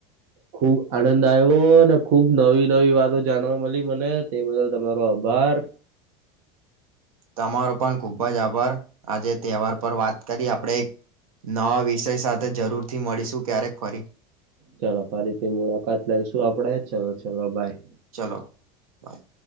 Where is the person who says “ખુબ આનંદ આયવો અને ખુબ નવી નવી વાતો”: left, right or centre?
Right